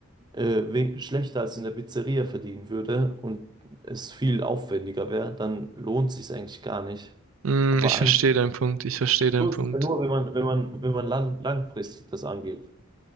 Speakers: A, on the right (about 20°); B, on the right (about 80°).
A: äh, we- schlechter als in der Pizzeria verdienen würde und es viel aufwendiger wäre, dann lohnt sich eigentlich gar nicht.
B: Hm,
A: Aber
B: ich verstehe
A: eigentlich
B: deinen Punkt, ich verstehe deinen
A: lohnt
B: Punkt.
A: es ja nur, wenn man, wenn man, wenn man lang, langfristig das angeht.